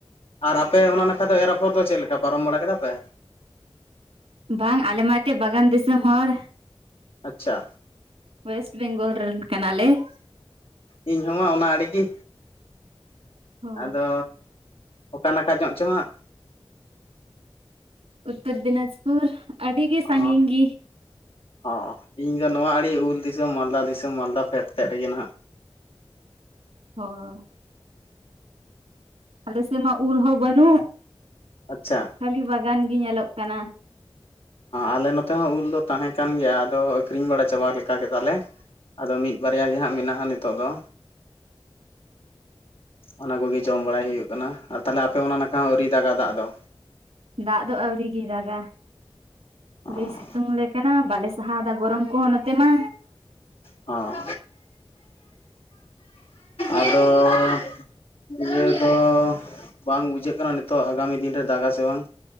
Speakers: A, on the left; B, on the right.
A: ᱟᱨ ᱟᱯᱮ ᱚᱱᱟ ᱱᱟᱠᱷᱟ ᱫᱚ ᱮᱨ ᱟᱯᱷᱚᱨ ᱫᱚ ᱪᱮᱫ ᱞᱮᱠᱟ ᱯᱟᱨᱚᱢ ᱵᱟᱲᱟ ᱠᱮᱫᱟ ᱯᱮ?
B: ᱵᱟᱝ ᱟᱞᱮᱢᱟ ᱮᱱᱛᱮᱫ ᱵᱟᱜᱟᱱ ᱫᱤᱥᱚᱢ ᱦᱚᱲ
A: ᱟᱪᱪᱷᱟ
B: ᱳᱭᱮᱥᱴ ᱵᱮᱝᱜᱚᱞ ᱨᱮᱱ ᱠᱟᱱᱟᱞᱮ ᱾
A: ᱤᱧ ᱦᱚᱸᱢᱟ ᱚᱱᱟ ᱟᱲᱮᱜᱮ
B: ᱚ
A: ᱟᱫᱚ ᱚᱠᱟ ᱱᱟᱠᱷᱟ ᱧᱚᱜ ᱪᱮ ᱦᱟᱸᱜ
B: ᱩᱛᱛᱚᱨ ᱫᱤᱱᱟᱡᱽᱯᱩᱨ ᱟᱹᱰᱤᱜ
A: ᱚ
B: ᱥᱟᱺᱜᱤᱧ ᱜᱮ
A: ᱦᱚᱸ ᱤᱧ ᱫᱚ ᱱᱚᱣᱟ ᱟᱹᱰᱤ ᱩᱞ ᱫᱤᱥᱚᱢ ᱢᱟᱞᱫᱟ ᱫᱤᱥᱚᱢ ᱢᱟᱞᱫᱟ ᱯᱷᱮᱰ ᱥᱮᱫ ᱨᱮᱜᱮ ᱱᱟᱦᱟᱜ
B: ᱦᱳᱭ ᱟᱞᱮ ᱥᱮᱢᱟ ᱩᱞ ᱦᱚᱸ ᱵᱟᱹᱱᱩᱜ
A: ᱟᱪᱪᱷᱟ
B: ᱠᱷᱟᱹᱞᱤ ᱵᱟᱜᱟᱱ ᱜᱮ ᱧᱮᱞᱚᱜ ᱠᱟᱱᱟ
A: ᱟᱞᱮ ᱱᱚᱛᱮ ᱦᱚᱸ ᱩᱞ ᱫᱚ ᱛᱟᱦᱮᱸ ᱠᱟᱱ ᱜᱮᱭᱟ ᱟᱫᱚ ᱟᱠᱷᱨᱤᱧ ᱵᱟᱲᱟ ᱪᱟᱵᱟ ᱞᱮᱠᱟ ᱠᱮᱫᱟᱞᱮ ᱟᱫᱚ ᱢᱤᱫ ᱵᱟᱨᱭᱟ ᱜᱮ ᱦᱟᱸᱜ ᱢᱮᱱᱟᱜᱼᱟ ᱱᱤᱛᱳᱜ ᱫᱚ ᱚᱱᱟ ᱠᱚᱜᱮ ᱡᱚᱢ ᱵᱟᱲᱟᱭ ᱦᱩᱭᱩᱜ ᱠᱟᱱᱟ ᱟᱨ ᱛᱟᱞᱦᱮ ᱟᱯᱮ ᱚᱱᱟ ᱱᱟᱠᱷᱟ ᱟᱨᱣᱨᱤ ᱫᱟᱜᱟ ᱫᱟᱜ ᱫᱚ
B: ᱫᱟᱜ ᱫᱚ ᱟᱹᱣᱨᱤ ᱜᱮ ᱫᱟᱜᱟ
A: ᱚ ᱦᱚᱸ
B: ᱡᱮ ᱥᱤᱛᱩᱝ ᱟᱞᱮ ᱠᱟᱱᱟ ᱵᱟᱞᱮ ᱥᱟᱦᱟᱣ ᱫᱟ ᱜᱚᱨᱚᱢ ᱠᱚᱦᱚᱸ ᱱᱚᱛᱮ ᱢᱟ
A: ᱦᱚᱸ ᱟᱫᱚ ᱤᱭᱟᱹ ᱫᱚ ᱵᱟᱝ ᱵᱩᱡᱷᱟᱹᱜ ᱠᱟᱱᱟ ᱱᱤᱛᱚᱜ ᱟᱜᱟᱢᱤ ᱫᱤᱱ ᱨᱮ ᱫᱟᱜᱟ ᱥᱮ ᱵᱟᱝ